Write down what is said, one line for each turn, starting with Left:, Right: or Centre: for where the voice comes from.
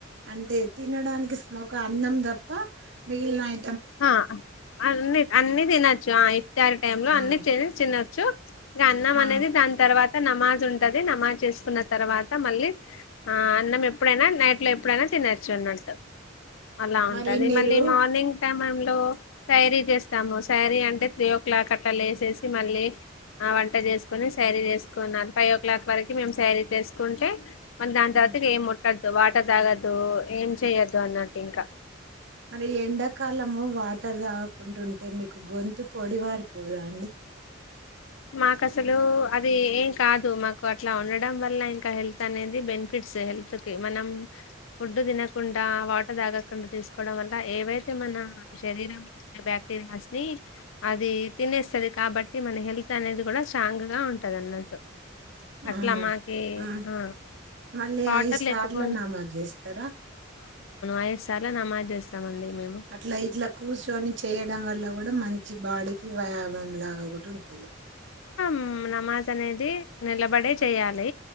Right: అంటే తినడానికి స్మోక అన్నం తప్ప మిగిలినా ఐ
Left: హా అన్ని అన్ని తినొచ్చు ఆ ఇట్టారి టైం లో అన్ని
Right: ఆ
Left: చేసి చినో చొ ఇంగన్నం
Right: ఆ
Left: అనేది దాని తర్వాత్ త నమాజ్ ఉంటది నమాజ్ చేసుకున్న తర్వాత మళ్ళీ ఆ అన్నం ఎప్పుడైనా నైట్ లో ఎప్పుడైనా తినొచ్చు అన్నట్టు. అలా
Right: మరి
Left: ఉంటది
Right: మీరు
Left: మళ్ళీ మార్నింగ్ సమయంలో సైరి చేస్తాము సైరీ అంటే త్రీ ఓ క్లాక్ అట్లా లేసేసి మళ్ళీ ఆ వంట జేసుకోని సారీ జెస్ తీసుకున్నాను ఫైవ్ ఓ క్లాక్ వరకు మేము శారీ చేసుకుంటే మళ్ దాంత తరువత
Right: ఉమ్,
Left: ఇగ్ ఏం ముట్ టదు వాటర్ తాగద్దు. ఏం చెయద్దు అన్నట్టు ఇంకా
Right: మరి ఎండాకాలం ము వాటర్ దాగక్ కుంటుంటే మీకు గొంత్ తు పొడివారిపోదా అండి.
Left: మాకు అసలు అది ఏం కాదు మాకు అట్లా ఉండడం వల్ల ఇంకా హెల్త్ అనేది బెనిఫిట్స్ ఏ హెల్త్ కి మనం ఫుడ్డు దినకుండ ట వాటర్ తాగకుండా తీసుకోవడం వల్ల ఏవైతే మన శరీరంలో ఉన్న బాక్టీరియాస్ ని అది తినేస్తది కాబట్టి మన హెల్త్ అనేది కూడా స్ట్రాంగ్ గా ఉంటది అన్నట్టు అట్లా
Right: ఆ
Left: మాకి
Right: ఉం
Left: ఆ
Right: మళ్ళీ
Left: వాటర్
Right: ఐదు సార్లు
Left: లేకపోని
Right: నమాజ్ చేస్తరా
Left: అయిదు సార్లు నమాజ్ చేస్తామండి. మేము
Right: అట్లా ఇట్లా కూర్చొని చేయడం వల్ల కూడ్ మంచి బాడికి వా మన్లగా కూడ ఉంటది.
Left: ఉం నమాజ్ అనేది నిలబడే చేయాలి.